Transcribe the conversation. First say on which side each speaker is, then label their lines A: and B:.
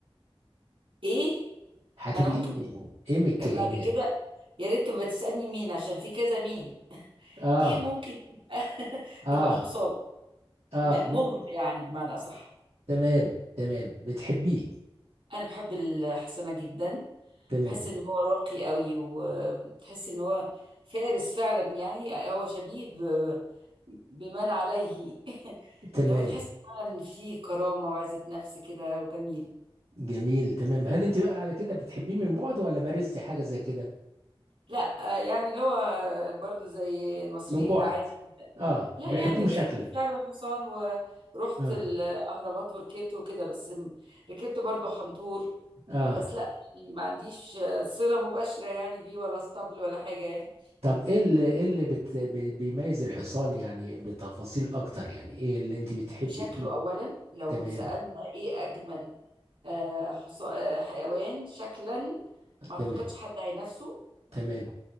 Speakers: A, on the right; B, on the right.
A: ايه
B: هتبقي
A: انا ممكن
B: ايه ايه من الكائنات
A: بعد كده يا ريت تبقى تسألني مين عشان في كذا مين
B: اه
A: ايه ممكن يبقى <laughs>
B: اه
A: يبقى حصان
B: اه
A: م-
B: مك...
A: مهر يعني بمعنى صح
B: تمام تمام بتحبيه
A: انا بحب الحسنة جدا
B: تمام
A: بحس ان هو راقي قوي وتحس ان هو فارس فعلا يعني هو شبيه ب- بمن عليه <laughs>
B: تمام
A: اللي هو تحس فعلا فيه كرامة وعزة نفس كده وجميل
B: جميل تمام هل انت بقى على كده بتحبيه من بعد ولا مارستي حاجة زي كده
A: لا آه، يعني اللي هو برضو زي المصريين
B: من بعد
A: عادي
B: اه
A: لا
B: بيحبوه
A: يعني ركبت
B: شكلا
A: فعلا حصان ورحت
B: اه
A: الأهرامات وركبت وكده بس م- ركبت برضو حنطور
B: اه
A: بس لا يعني ما عنديش آه، صلة مباشرة يعني بيه ولا اسطبل ولا حاجة يعني
B: طب ايه اللي ايه اللي بت... بي- بيميز الحصان يعني بتفاصيل اكتر يعني ايه اللي انت بتحبي
A: شكله
B: فيه
A: أولا لو
B: تمام
A: سألنا إيه أجمل آه، حص- آه، حيوان شكلا ما أعتقدش
B: تمام
A: حد هينافسه
B: تمام